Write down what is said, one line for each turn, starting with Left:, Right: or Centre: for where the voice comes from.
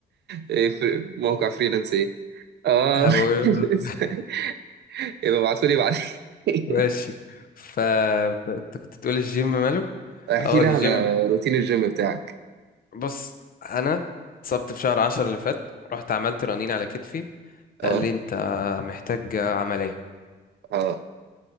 Right: ايه في موقع فريلانس ايه؟ اه
Left: هبقول
Right: <laughs> لسه يبقى ابعتولي بعدين
Left: <laughs>
Right: <laughs>
Left: ماشي ف انت كنت تقول الجيم ماله
Right: احكي
Left: اه
Right: لي
Left: الجيم
Right: على روتين الجيم بتاعك
Left: بص انا اتصبت في شهر عشرة اللي فات رحت عملت رنين على كتفي قال
Right: اه
Left: لي انت محتاج عملية
Right: اه